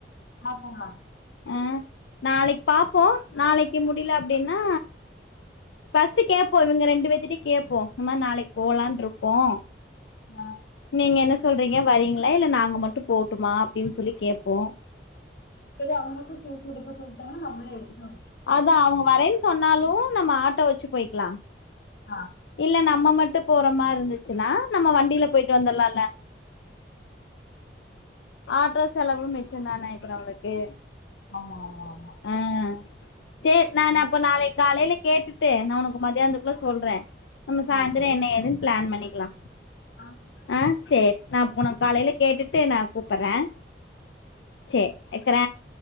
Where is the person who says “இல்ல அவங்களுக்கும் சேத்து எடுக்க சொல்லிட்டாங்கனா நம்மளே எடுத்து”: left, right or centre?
Left